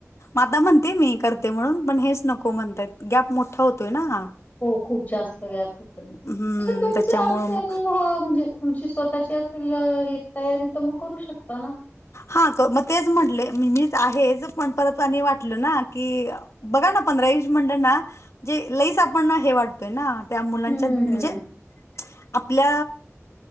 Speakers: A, on the left (about 65°); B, on the left (about 30°).
A: आता म्हणते मी करते म्हणून पण हेच नको म्हणताय. गॅप मोठा होतोय ना हा.
B: हो खूप जास्त गॅप होत
A: हम्म
B: तुमचे
A: त्याच्यामुळं
B: असेल
A: मग
B: म्हणजे तुमची स्वतःची असेल तयारी तर मग करू शकता ना.
A: हा मग तेच म्हटले मी मीच आहेच पण परत आणि वाटलं ना की बघा ना पंधरा एज म्हटलं ना पण हे वाटतय ना त्या मुलांच्या
B: हं,
A: म्हणजे
B: हं.
A: आपल्या